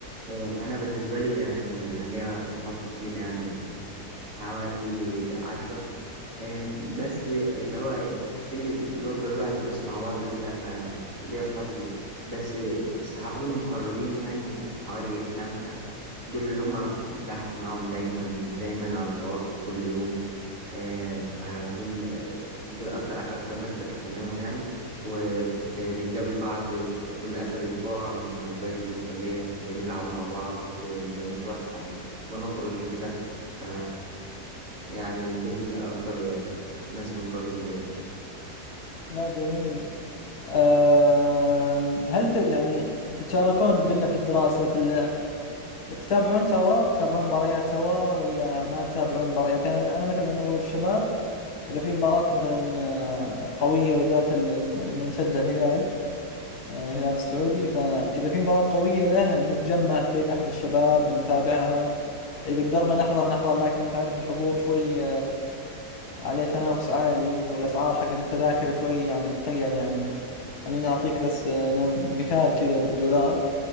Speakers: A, on the right; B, on the left.
A: إيه، أنا بالنسبة لي يعني أنا ليا صحاب كتير يعني حوالي عشرة إيه، بس اللي هو شلة اللي هو بنروح الدروس مع بعض كده فليا صحاب كتير بس صحابي المقربين يعني حوالي خمسة دول اللي هم بحكي معاهم دايما دايما على تواصل كل يوم آه، فدول آه، دول أكتر أكتر ناس بكلمهم يعني وبنقابل بعض كل آخر أسبوع لما باجي من الكلية بنلعب مع بعض ب- بنروح آه، بنخرج وكده ف- يعني دول أكتر آه، ناس مقربين ليا يعني.
B: لا جميل آه، هل ت... يعني تتشاركون قلنا في الدراسة في اللعب تتابعون سوا تتابعون مباريات سوا ولا ما تتابعون مباريات يعني أنا أنا مثلا أنا والشباب إذا في مباراة مثلا آه، قوية بالذات ال- ال- إن نشجع الهلال آه، الهلال السعودي فإذا في مباراة قوية له نتجمع في بيت أحد الشباب نتابعها إذا قدرنا نحضر نحضر لكن تعرف الحضور شوي عليه تنافس عالي والأسعار حقت التذاكر شوي يعني تخيل يعني خليني أعطيك بس آه، نم- مثال كذا بالدولار